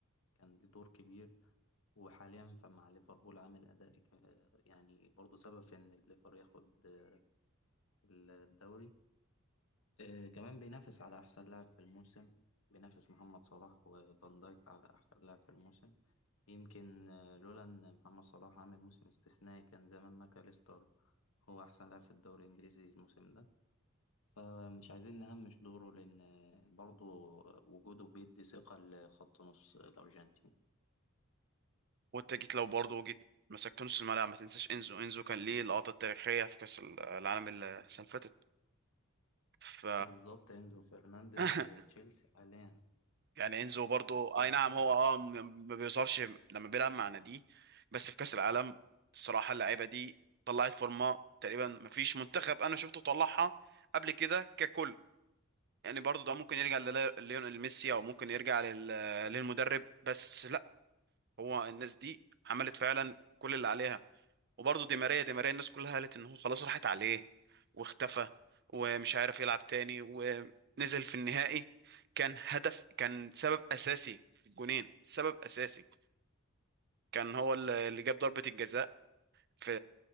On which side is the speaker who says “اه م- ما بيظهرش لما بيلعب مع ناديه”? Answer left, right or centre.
Right